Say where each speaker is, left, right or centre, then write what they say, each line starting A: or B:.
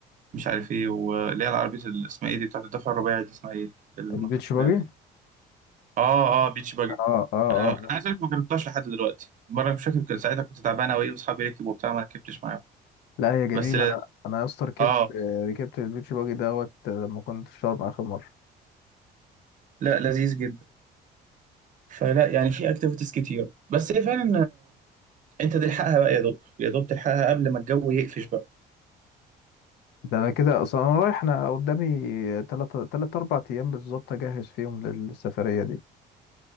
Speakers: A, on the right (about 50°); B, on the left (about 80°).
A: مش عارف ايه واللي هي العربية اللي اسمها ايه دي بتاعت الدفع الرباعي دي اسمها ايه الموتوسيكلات
B: البيتش باجي
A: دي اه اه بيتش باجي
B: اه اه
A: انا
B: اه
A: أنا عايز اقول لك ما جربتهاش لحد دلوقتي مرة مش فاكر كان ساعتها كنت تعبان اوي واصحابي ركبوا وبتاع ما ركبتش معاهم
B: لا هي جميله
A: بس لا
B: انا انا يا اسطى ركبت
A: اه
B: آه، ركبت البيتش باجي دوت آه، لما كنت في شرم اخر مره
A: لا لذيذ جدا فلا يعني في اكتيفيتيز كتير بس هي فعلا انت تلحقها بقى يا دوب يا دوب تلحقها قبل ما الجو يقفش بقى
B: ده انا كده اصلا انا رايح انا قدامي تلات تلات اربع ايام بالظبط اجهز فيهم للسفريه دي